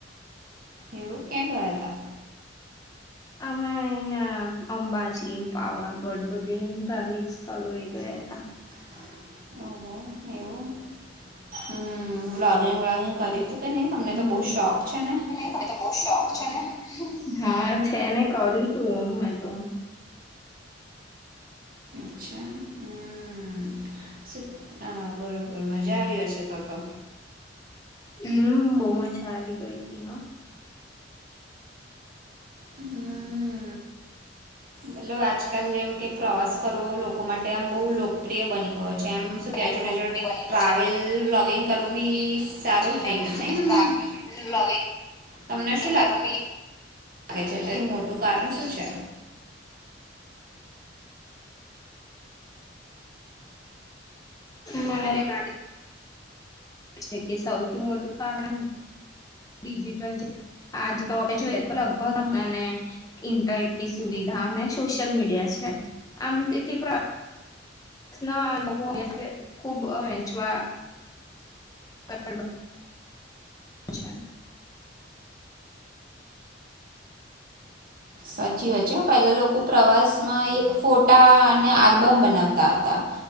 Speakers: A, on the right (about 55°); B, on the left (about 20°).
A: એવું ક્યાં ગયા હતા?
B: અમે અહિયાં અંબાજી, પાવાગઢ બધે ધાર્મિક સ્થળો એ ગયા
A: <inaudible>
B: હતા.
A: ઓહો એવુ. હમ્મ બ્લાગિંગ વ્લાગિંગ કરી કે નહી તમને
B: હમ્મ.
A: તો બહુ શોખ છે ને?
B: નહી મને તો બહુ શોખ છે ને. હા છે ને કર્યું તું મે તો
A: અચ્છા હમ્મ. શુ આ બરોબર મજા આવી હશે તો તો
B: હમ્મ, બહુ મજા આવી ગઈ તી હા.
A: હમ્મ મતલબ આજકાલ જેમ કે પ્રવાસ કરવો લોકો માટે આમ બહુ લોકપ્રિય બની ગયો છે કેમ શું કહે
B: બહુ
A: જોડે
B: લોકપ્રિય
A: જોડે
B: બની
A: ટ્રાવેલ
B: ગયો છે
A: બ્લોગિંગ કરવું બી સારું થઈ
B: એમ
A: ગયું
B: શું
A: નહી
B: કે
A: આમ.
B: ટ્રાવેલ બ્લોગિંગ
A: તમને શું લાગ
B: કરવું બી
A: ગે છે તેથી મોટું કારણ શું છે?
B: મને બી લાગે એટલે કે સૌથી મોટું કારણ ડિજિટલ જે આજ તો આપડે જોઈએ તો લગભગ આપને ઈન્ટરનેટ ની સુવિધા અને સોશિયલ મીડિયા છે. આમ તેથી <inaudible> અ ખૂબ વહેંચવા <inaudible> અચ્છા.
A: સાચી વાત છે. પહેલા લોકો પ્રવાસમાં ફોટા અને આલ્બમ બનાવતા હતા.